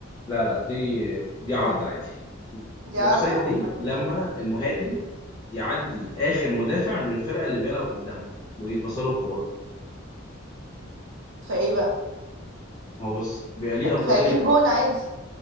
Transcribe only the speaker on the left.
لا لا دي دي عرض عادي
الاوفسايد
دي
لما
المهاجم يعدي اخر مدافع من الفرقه اللي بيلعب قدامه ويتبص له الكوره
هو بص بيبقى ليه افضليه